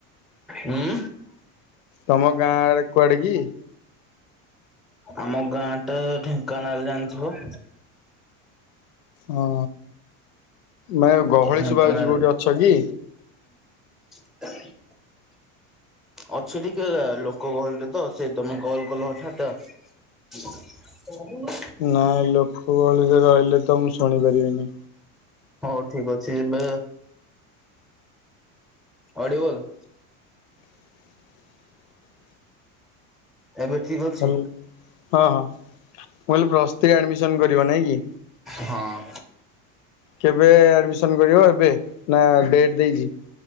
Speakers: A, in the centre; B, on the left.
A: ହୁଁ।
B: ତମ ଗାଁ ଆଡେ କୁଆଡେ କି?
A: ଆମ ଗାଁ ଟା ଢେଙ୍କାନାଳ ଜାଣିଥିବ?
B: ହୁଁ। ମାନେ ଗହଳି
A: ତ ଢେଙ୍କାନାଳ
B: ଶୁଭାଉଛି କୋଉଠି ଅଛ କି?
A: <inaudible> ଅଛି ଟିକେ ଲୋକ ଗହଲି ରେ ତ ସେ ତମେ କଲ୍ କଲ ହଠାତ। <inaudible>
B: ନାଇଁ ଲୋକ ଭଳିରେ ରହିଲେ ତ ମୁଁ ଶୁଣି ପାରିବିନି।
A: ହୋଉ ଠିକ ଅଛି ଏବେ ଅଡିଓଲ
B: <inaudible>
A: ଏବେ ଠିକ ଅଛି
B: ହୁଁ ହଁ ହଁ। ମୁଁ କହିଲି ପ୍ଲସ ଥ୍ରି ଆଡମିସନ କରିବ ନାଇଁ କି?
A: ହଁ।
B: କେବେ ଆଡମିସନ କରିବ ଏବେ, ନା ଡେଟ ଦେଇଚି?